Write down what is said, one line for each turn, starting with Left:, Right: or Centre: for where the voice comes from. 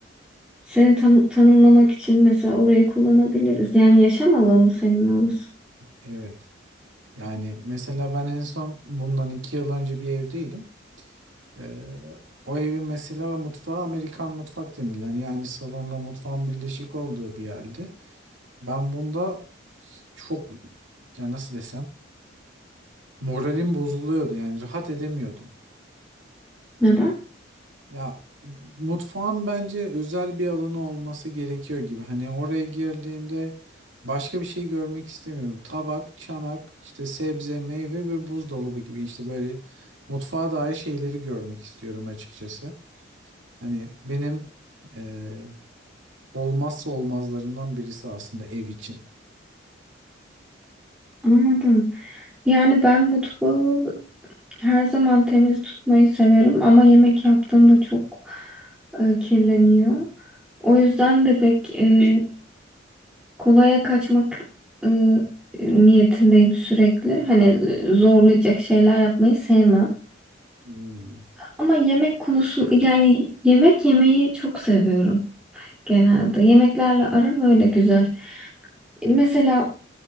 Centre: seni tan- tanımlamak için mesela orayı kullanabiliriz. Yani yaşam alanı senin orası.
Right: Evet. Yani mesela ben en son bundan iki yıl önce bir evdeydim. E, o evin mesela mutfağı Amerikan mutfak denilen yani salonla mutfağın birleşik olduğu bir yerdi. Ben bunda çok ya nasıl desem moralim bozuluyordu yani rahat edemiyordum.
Centre: Neden?
Right: Ya mutfağın bence özel bir alanı olması gerekiyor gibi. Hani oraya girdiğimde başka bir şey görmek istemiyorum. Tabak, çanak, işte sebze, meyve ve buzdolabı gibi işte böyle mutfağa dair şeyleri görmek istiyorum açıkçası. Hani benim eee, olmazsa olmazlarımdan birisi aslında ev için.
Centre: Anladım. Yani ben mutfağı her zaman temiz tutmayı severim ama yemek yaptığımda çok e, kirleniyor. O yüzden de pek e, kolaya kaçmak e, niyetindeyim sürekli. Hani e, zorlayacak şeyler yapmayı sevmem.
Right: Hmm.
Centre: Ama yemek konusun yani yemek yemeyi çok seviyorum. genelde. Yemeklerle aram öyle güzel. Mesela